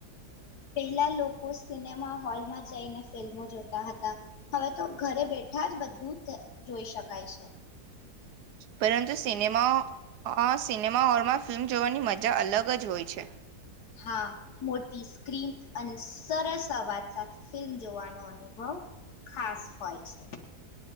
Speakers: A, on the left; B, on the right.
A: પહેલા લોકો સિનેમા હોલમાં જઈને ફિલ્મો જોતા હતા. હવે તો ઘરે બેઠા જ બધું જોઈ શકાય છે.
B: પરંતુ આ સિનેમા અ-સિનેમા હોલમાં ફિલ્મ જોવાની મજા અલગ જ હોય છે.
A: હા મોટી સ્ક્રીન અને સરસ અવાજ સાથે ફિલ્મ જોવાનો અનુભવ ખાસ હોય છે.